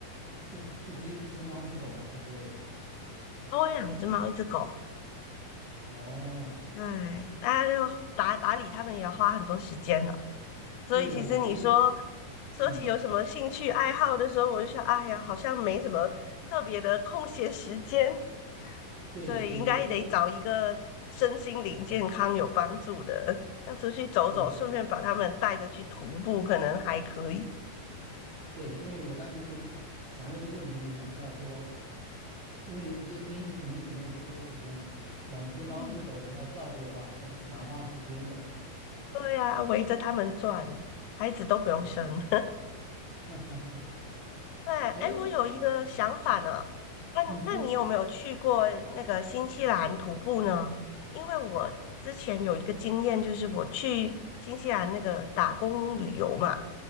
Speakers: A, on the right (about 55°); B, on the left (about 85°).
A: 就是就只有一只猫一只狗吗？还是
B: 我有养只猫，一只狗。
A: 哦，
B: 哎，那就打打理它们也要花很多时间呢。所以其实你说
A: 对呀、我刚才就
B: 说起有什么兴趣爱好的时候，
A: 嗯，
B: 我就想，哎呀，好像没什么特别的空闲时间，
A: 对对对，
B: 所以应该得找一个身心灵健康有帮助的，
A: 因为嗯
B: 像出去走走，
A: 对。
B: 顺便把他们带着去徒步，可能还可以。
A: 对，因为我刚才就是想问这个问题，就是想知道说，因为这一听你肯定就没有太多时间了，两只猫一只狗你要照顾的话是很蛮花时间的。
B: 嗯。对呀、围着他们转，孩子都不用生。
A: 嗯，
B: <laughs>
A: <laughs> 哈哈哈。
B: 对，
A: 哎，
B: 哎，我有一个想法呢，那那你有没有去过那个新西兰徒步呢？
A: 你说，
B: 因为我之前有一个经验，就是我去新西兰那个打工旅游嘛，